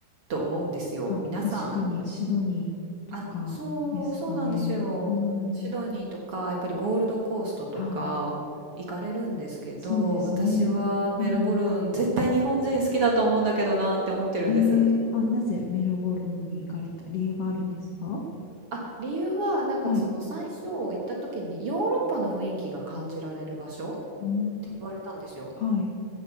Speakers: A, on the right (about 50°); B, on the left (about 85°).
A: と思うんですよ。
B: あ、
A: 皆さん。
B: 確かにシドニーとかですかね。
A: あ、そう、そうなんですよ。
B: うん。
A: シドニーとか、やっぱりゴールドコーストとか行かれるんですけど、
B: ああ、そうですね。
A: 私はメルボルン絶対日本人好きだと思うんだけどなって思ってるんです。
B: うん。ええ、あ、なぜメルボルンに行かれた理由があるんですか
A: あ、理由はなんかその最初行った時にヨーロッパの雰囲気が感じられる場所っ
B: はい。うん。
A: て言われたんですよ。
B: はい。